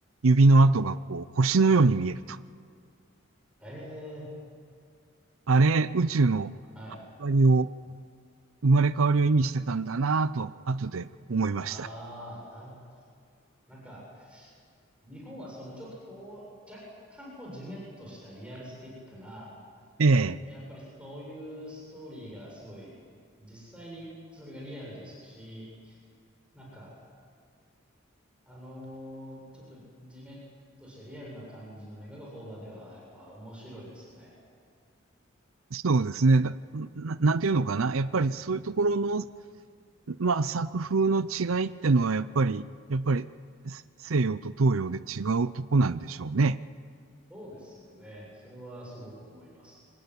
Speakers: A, on the right; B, in the centre.
A: 指の跡がこう、星のように見えると。
B: ええ、
A: あれ、宇宙の
B: はい。
A: 終わりを、生まれ変わりを意味してたんだなぁと、後で思いました。
B: ああ、なるほどなんか、日本はそのちょっとこう、若干こうジメッとしたリアルスティックな、
A: ええ
B: やっぱりそういうストーリーがすごい、実際にそれがリアルですし、なんか、あの、ちょっとジメッとしたリアルな感じの映画が邦画ではやっぱ面白いですよね。
A: そうですね。だな、なんていうのかな。やっぱりそういうところのまあ作風の違いってのはやっぱり、やっぱり西洋と東洋で違うとこなんでしょうね。
B: そうですよね。それはすごく思います。